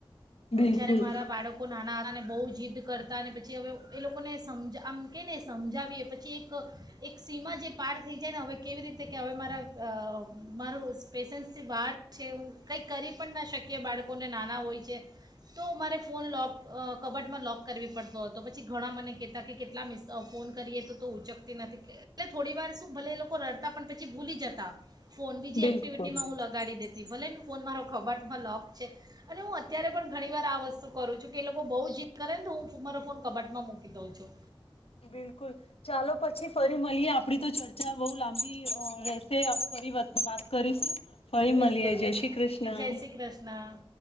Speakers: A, on the left (about 80°); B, on the right (about 45°).
A: બિલકુલ
B: જયારે મારા બાળકો નાના હતા ને બહ જ જીદ કરતા ને પછી હવે એ લોકોને સમજ આમ કે ને સમજાવીએ પછી એક એક સીમા જે પાર થઈ જાય ને હવે કેવી રીતે કે મારા મારું પેેશન્સથી બહાર છે હું કંઈક કરી પણ ના શકીએ બાળકોને નાના હોય છે તો મારે ફોન લોૉક કબટમાં લોૉક કરવી પડતો હતો પછી ઘણા મને કહેતા કે કેટલા મિસ ફોન કરીએ તો તો ઊંચક નથી એટલે થોડી વાર ભલે એ લોકો રડતા પણ પછી પ ભૂલી જતા ફોન બીજી
A: બિલકુલ
B: એક્ટિવિટીમાં હું લગાડી દેતી ભલે ફોન મારો કબાટમાં લોક છે અને હું અત્યારે પણ ઘણી વાર આ વસ્તુ કરું છું કે એ લોકો બહ જી કરે ને તો હું મારો ફોન કબાટમાં મૂકી દઉં છું
A: બિલકુલ ચાલો પછી ફરી મળીએ આપણી તો ચર્ચા બહુ લાંબી રહેશે ફરી વાત કરીશ ફળી
B: બિલકુલ
A: મળલિયા જય શ્રી કૃષ્ણ
B: જય શ્રી કૃષ્ણ